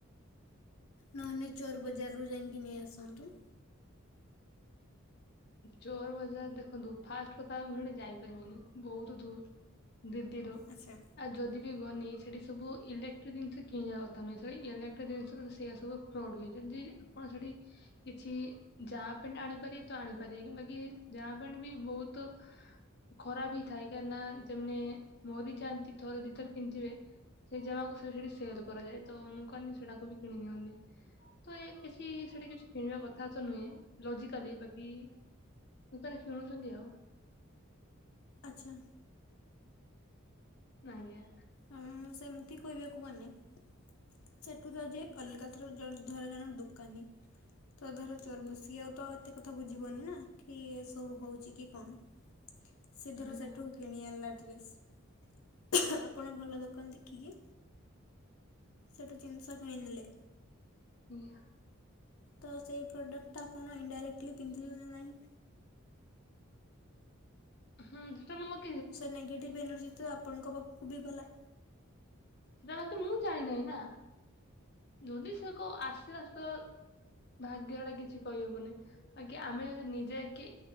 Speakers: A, on the left; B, on the left.
A: ନହେନେ ଚୋର ବଜାରରୁୁ ଯାଇଁକି ନେଇ ଆସନ୍ତୁ।
B: ଚୋର ବଜାର ଦେଖନ୍ତୁ ଫାଷ୍ଟ କଥା ମୁଁ ସେଠିକି ଯାଇପାରିମିନି ବହୁତ ଦୂର୍। ଦିଦିର
A: ଆଚ୍ଛା।
B: ଆଉ ଯଦି ବି ଗନି ସେଠି ସବୁ ଇଲେକ୍ଟ୍ରିକ ଜିନିଷ କିଣିବା କଥା ନୁହେଁ। ସେଇ ଇଲେକ୍ଟ୍ରିକ ଜିନିଷର ସେଇଆ ସବୁ ବଢେଇଚନ୍ତି। ଆପଣ ସେଠି କିଛି ଯା ପେଣ୍ଟ ଆଣିପାରିବେ ତ ଆଣିପାରିବେ। କି ବାକି ଜାମା ପେଣ୍ଟ ବି ବହୁତ ଖରା ବି ଥାଏ କାହିଁକନା ଯେମନି ମୁଁ ବି ଜାଣିଚି ଥରେ ଦିଥର ପିନ୍ଥିବେ। ସେଇ ଜାମାକୁ ସେ ସେଠି ସେଲ କରାଯାଏ ତ ଲୋକମାନେ ସେଟାକୁ ବି କିଣି ନିିଅନ୍ତି। ତ ଏଇ କିଛି ସେଠି କିଛି କିଣିବା କଥା ତ ନୁହେଁ। ଲଜିିକାଲି ବାକି ଲୋକ ମାନେ କିଣୁଛନ୍ତି ଆଉ।
A: ଆଛା।
B: ନାଜ୍ଞା।
A: ହୁଁ ସେମିତି କହିବାକୁ ଗଲେ। ସେଠୁ ତାହେଲେ ଜାଇ କଲିକତାରୁ ଜନ ଧର ଜଣେ ଦୋକାନୀ। ତ ଧର ଚୋରବ
B: ହୁଁ
A: ସିଏ ଆଉ ତ ଆଉ ଏତେ କଥା ବୁଝିବନି ନା କି ଇଏ ସବୁ ହଉଛି କି କଣ। ସେ ଧର
B: ହୁଁ
A: ସେଇଠୁ କିଣି ଆଣିଲା ଡ୍ରେସ। ଆପଣ ଭଲ ଦୋକାନ ଦେଖିକି ସେଠୁ ଜିନିଷ କିଣ ନେଲେ।
B: ନିଆ।
A: ତ ସେଇ ପ୍ରଡକ୍ଟା ଆପଣ ଇନ ଡାଇରେକ୍ଟଲି ପିନ୍ଧିଲେ ନା ନାହିଁ।
B: ହୁଁ ସେଟା ମୁଁ ମୋ
A: ସେ ନେଗେଟିଭ୍ ଏନର୍ଜି ତ ଆପଣଙ୍କ ପାଖକୁ ବି ଗଲା।
B: ସେଟା ବାକି ମୁଁ ଜାଣିିନାହିଁ ନା ଯଦି ସେ କ ଆସିଲା ସୁ ଭାଗ୍ୟ ସେଟା କିଛି କଇହବନି ବାକି ଆମେ ଯଦି ନିଜେ କି।